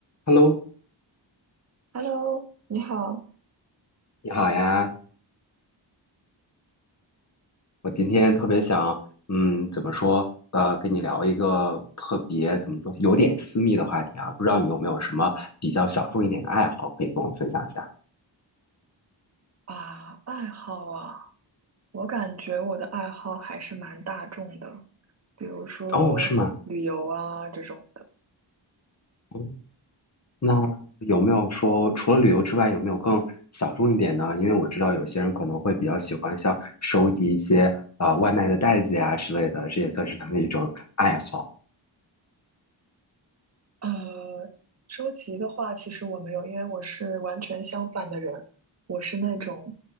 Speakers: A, on the left (about 35°); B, on the right (about 35°).
A: Hello，
B: Hello，你好
A: 你好呀！我今天特别想，嗯，怎么说？呃，跟你聊一个特别怎么说，有点私密的话题啊。不知道你有没有什么比较小众一点的爱好可以跟我分享一下？
B: 啊，爱好啊，我感觉我的爱好还是蛮大众的，比如说旅游啊这种的。
A: 哦，是吗？哦，那有没有说除了旅游之外，有没有更小众一点呢？因为我知道有些人可能会比较喜欢像收集一些呃外卖的袋子呀之类的，这也算是他们一种爱好。
B: 呃，收集的话，其实我没有，因为我是完全相反的人，我是那种